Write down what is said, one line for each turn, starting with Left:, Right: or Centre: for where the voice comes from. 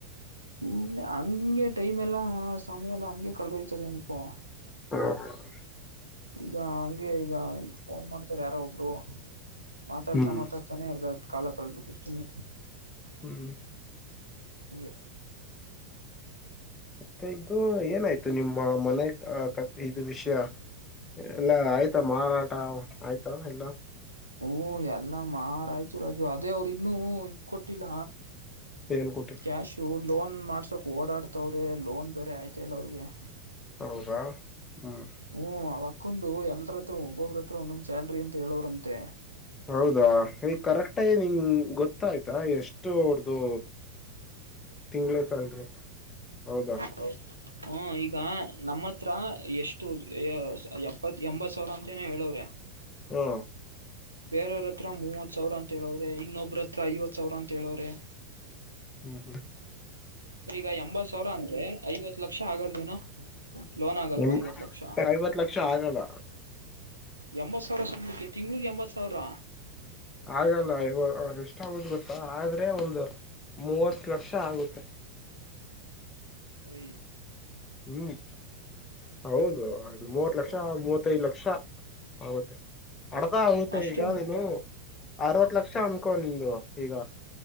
Right: ಸುಮ್ನೆ ಹಂಗೆ ಟೈಮ್ ಎಲ್ಲಾ ಸಮಯ ಎಲ್ಲ ಹಂಗೆ ಕಳೆದೋಯ್ತದೆ ಅನ್ಕೋ.
Left: <unintelligible>
Right: ಈಗ ಹಂಗೆ ಈಗ ಈಗ ಫೋನ್ ಮಾಡ್ತಾರೆ ಯಾರೋ ಒಬ್ರು. ಮಾತಾಡ್ತಾ
Left: ಹ್ಮ್
Right: ಮಾತಾಡ್ತಾನೆ ಅರ್ಧ ಕಾಲ ಕಳದಬಿಟ್ಟಿರ್ಡ್ತೀನಿ.
Left: ಹ್ಮ್
Right: ಹಂಗೆ.
Left: ಮತ್ತೆ ಇದು ಏನಾಯ್ತು ನಿಮ್ಮ ಮನೆ ಕಥೆ ಇದು ವಿಷ್ಯ. ಎಲ್ಲ ಆಯ್ತಾ ಮಾರಾಟ ಅವು ಆಯ್ತಾ ಎಲ್ಲ.
Right: ಹೂ ಎಲ್ಲಾ ಮಾರಯ್ತು ರಾಜು ಅದೇ ಅವ್ರ ಇನ್ನೂ ಇದ್ ಕೊಟ್ಟಿಲ್ಲ.
Left: ಏನ್ ಕೊಟ್ಟಿಲ್ಲ.
Right: ಕ್ಯಾಶು ಲೋನ್ ಮಾಡ್ಸೋಕ್ ಓಡಾಡ್ತವ್ರೆ ಲೋನ್ ಬೇರೆ ಆಯ್ತ ಇಲ್ಲ ಅವ್ರಿಗೆ.
Left: ಹೌದಾ ಹ್ಮ್.
Right: ಹ್ಮ ಅವಕ್ಕಂದು ಎಲ್ಲರತ್ರ ಒಬ್ಬೊಬ್ರ ಹತ್ರ ಒಂದೊಂದ್ ಸ್ಯಾಲ್ರಿ ಅಂತ ಹೇಳವ್ರಂತೆ.
Left: ಹೌದಾ ಈಗ ಕರೆಕ್ಟೇ ನಿಂಗ ಗೊತ್ತಾಯ್ತಾ ಎಷ್ಟು ಅವರ್ದು. ತಿಂಗಳ ಸಾಲ್ರಿ ಅಂತ ಹೌದಾ.
Right: ಹೌದು. ಹ ಈಗ ನಮ್ಮ ಹತ್ರ ಎಷ್ಟು ಎಪ್ಪತ್ ಎಂಬತ್ ಸಾವಿರ ಅಂತನೋ ಹೇಳವ್ರೆ.
Left: ಹ್ಮ
Right: ಬೇರೆಯವ್ರತ್ರ ಮೂವತ್ ಸಾವಿರ ಅಂತ ಹೇಳವ್ರೆ ಇನ್ನೊಬ್ರ ಹತ್ರ ಐವತ್ ಸಾವಿರ ಅಂತ ಹೇಳವ್ರೆ.
Left: ಹ್ಮ್ ಹ್ಮ್
Right: ಈಗ ಎಂಬತ್ ಸಾವಿರ ಅಂದ್ರೆ ಐವತ್ ಲಕ್ಷ ಆಗಲ್ವೇನೊ. ಲೋನ್ ಆಗಲ್ವ
Left: ಹ್ಮ್ ಅದು
Right: ಐವತ್ ಲಕ್ಷ.
Left: ಐವತ್ ಲಕ್ಷ ಆಗಲ್ಲ
Right: ಎಂಬತ್ತು ಸಾವಿರ ಸಂಬಳಿಕೆ ತಿಂಗಳಿಗೆ ಎಂಬತ್ತು ಸಾವಿರ.
Left: ಆಗಲ್ಲ ಇವ ಎಷ್ಟಾಗುತ್ತೆ ಗೊತ್ತಾ ಆದ್ರೆ ಒಂದು ಮೂವತ್ತು ಲಕ್ಷ ಆಗುತ್ತೆ.
Right: ಹೇ
Left: ಹ್ಮ್ ಹೌದು ಅದು ಮೂವತ
Right: ಹೌದು
Left: ಲಕ್ಷ ಮೂವತ್ತೈದು ಲಕ್ಷ ಆಗುತ್ತೆ ಅರ್ದ ಆಗುತ್ತೆ
Right: ಅಷ್ಟೇನಾ
Left: ಈಗ ನೀನು ಅರವತ್ತುಲಕ್ಷ ಅನ್ಕೋ ನಿಂದು ಈಗ